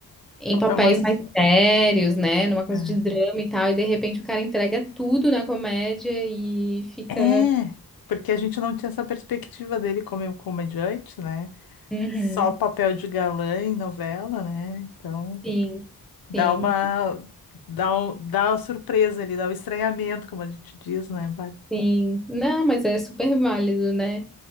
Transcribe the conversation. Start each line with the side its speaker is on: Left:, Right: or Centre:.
Centre: em
Left: Papel
Centre: papéis
Left: mas
Centre: mais sérios, né? Numa coisa
Left: é.
Centre: de drama e tal, e de repente o cara entrega tudo na comédia e fica.
Left: É, porque a gente não tinha essa perspectiva dele como comediante, né?
Centre: Uhum,
Left: Só o papel de galã em novela, né? Então,
Centre: sim,
Left: dá
Centre: sim.
Left: uma dá um, dá uma surpresa ali, dá um estranhamento, como a gente diz, né, Bárbara?
Centre: Sim, não, mas é super válido, né?